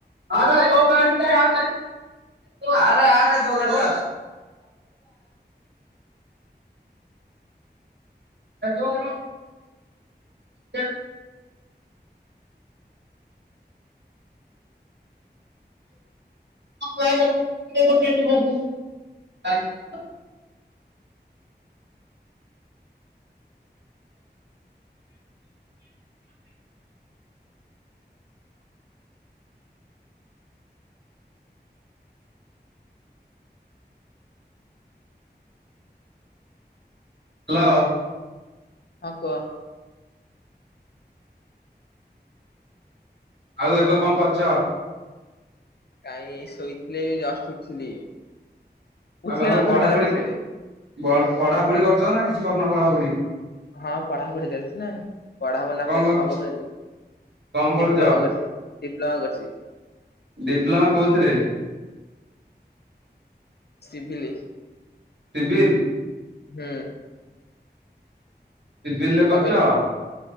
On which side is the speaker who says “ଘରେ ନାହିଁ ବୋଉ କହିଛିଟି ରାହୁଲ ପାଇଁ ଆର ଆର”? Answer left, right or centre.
Right